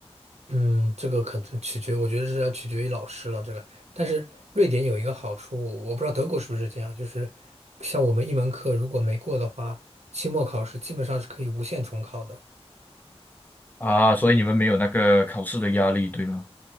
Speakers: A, on the right; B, on the left.
A: 嗯，这个可能取决，我觉得是要取决于老师了。这个，但是瑞典有一个好处，我不知道德国是不是这样，就是像我们一门课如果没过的话，期末考试基本上是可以无限重考的。
B: 啊，所以你们没有那个考试的压力，对吗？